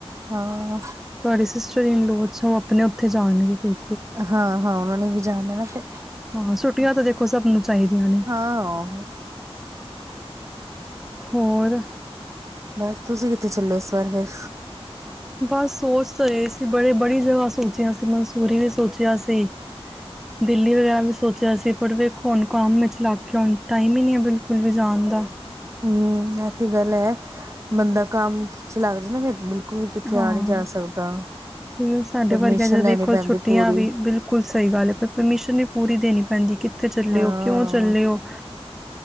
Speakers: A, on the right; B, in the centre.
A: ਹਾਂ
B: ਤੁਹਾਡੇ ਸਿਸਟਰਨ ਲੋ ਉਹ ਆਪਣੇ ਉੱਥੇ ਜਾਣਗੇ ਫਿਰ
A: ਹਾਂ, ਹਾਂ ਉਹਨਾਂ ਨੇ ਵੀ ਜਾਣਨਾ ਨਾ ਫਿਰ।
B: ਹਾਂ ਛੁੱਟੀਆਂ ਤਾਂ ਦੇਖੋ ਸਭ ਨੂੰ ਚਾਹੀਦੀਆਂ ਨੇ
A: ਹਾਂ
B: ਹੋਰ।
A: ਬਸ ਤੁਸੀਂ ਕਿੱਥੇ ਚੱਲੋ ਇਸ ਵਾਰ ਫੇਰ
B: ਬਸ ਸੋਚ ਤਾਂ ਰਹੇ ਸੀ ਬੜੇ ਬੜੀ ਜਗਾ ਸੋਚਿਆ ਸੀ ਮਨਸੂਰੀ ਸੋਚਿਆ ਸੀ ਦਿੱਲੀ ਵਗੈਰਾ ਵੀ ਸੋਚਿਆ ਸੀ ਪਰ ਵੇਖੋ ਹੁਣ ਕੰਮ ਵਿਚ ਲਗ ਗਏ ਹੁਣ ਟਾਈਮ ਹੀ ਨਹੀਂ ਹੈ ਬਿਲਕੁਲ ਵੀ ਜਾਣ ਦਾ
A: ਹੂੰ ਐਸੀ ਗੱਲ ਹੈ। ਬੰਦਾ ਕੰਮ ਚ ਲੱਗ ਜਾਏ ਬਿਲਕੁਲ ਵੀ ਕਿੱਥੇ
B: ਹਾਂ।
A: ਆ ਨਹੀਂ ਜਾ ਸਕਦਾ
B: ਸਾਡੇ
A: ਪਰਮਿਸ਼ਨ
B: ਵਰਗਿਆ
A: ਲੈਣੀ
B: ਵੇਖੋ
A: ਪੈਂਦੀ
B: ਛੁੱਟੀਆਂ
A: ਪੂਰੀ
B: ਵੀ ਬਿਲਕੁਲ ਸਹੀ ਗੱਲ ਹੈ ਪਰ ਪਰਮਿਸ਼ਨ ਵੀ ਪੂਰੀ ਦੇਣੀ ਪੈਂਦੀ ਕਿੱਥੇ ਚੱਲਿਓ
A: ਹਾਂ
B: ਕਿਉਂ ਚੱਲੇ ਹੋ